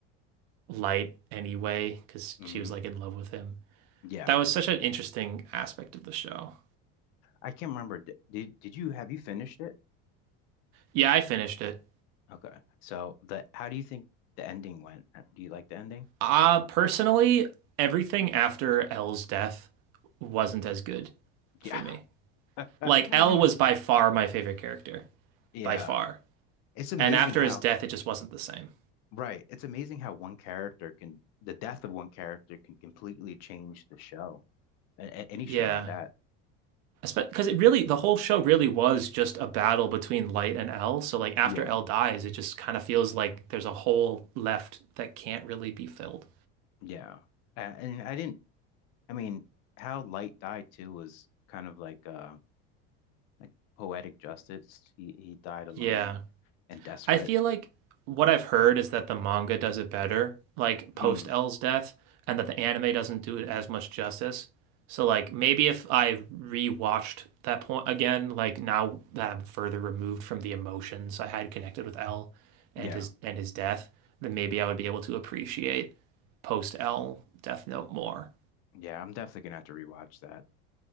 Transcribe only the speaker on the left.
hmm
Yeah.
I can't remember. D- Did did you have you finished it?
Okay. So the how do you think the ending went? Uh, Do you like the ending?
Yeah.
<laughs>
Yeah.
It's amazing
how.
Right. It's amazing how one character can, the death of one character can completely change the show, a a- any
show at that.
Yeah.
Yeah. A- And I didn't, I mean, how Light died too was kind of like uh like poetic justice. He he died alone
and desperate.
Mm,
yeah.
Yeah, I'm definitely gonna have to rewatch that.